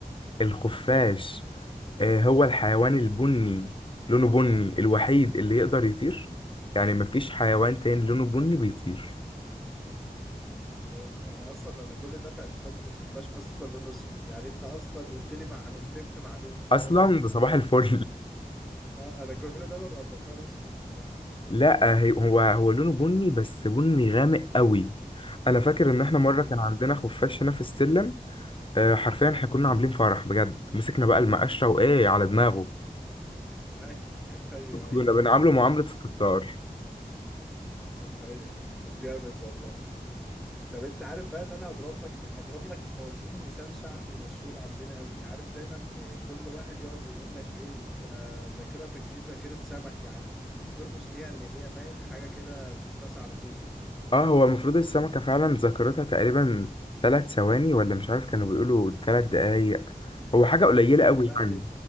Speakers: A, on the left (about 35°); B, in the centre.
A: الخفاش إيه هو الحيوان البني لونه بني الوحيد اللي يقدر يطير يعني مفيش حيوان تاني لونه بني بيطير
B: يعني انا اصلا انا كل ده في اعتقادي ان الخفاش اصلا لونه اسود يعني انت اصلا قلت لي معلومتين في معلومه
A: اصلا
B: فاهم <laughs>
A: ده صباح الفل
B: اه انا كل ده ببقى مفكره اسود بصراحه
A: <laughs> لا هي- هو هو لونه بني بس بني غامق قوي انا فاكر ان احنا مره
B: ايوه
A: كان عندنا
B: ايوه
A: خفاش هنا في السلم آه، حرفيا احنا كنا عاملين فرح بجد مسكنا بقى المقشه وايه على دماغه
B: <laughs> ايوه
A: كنا
B: ايوه
A: بنعامله معاملة الستار
B: ايوه جامد والله طب انت عارف بقى ان انا هضرب لك هضرب لك موازين مثال شعبي مشهور عندنا قوي عارف دايما كل واحد يقعد يقول لك ايه انت ذاكرتك دي ذاكرة سمك يا عم وبنرمز ليها اللي هي فاهم حاجة كده بتتنسى على طول
A: اه هو المفروض السمكة فعلا ذاكرتها تقريبا ثلاث ثواني ولا مش عارف كانوا بيقولوا ثلاث دقايق هو حاجة قليلة
B: ما
A: قوي
B: بقى
A: يعني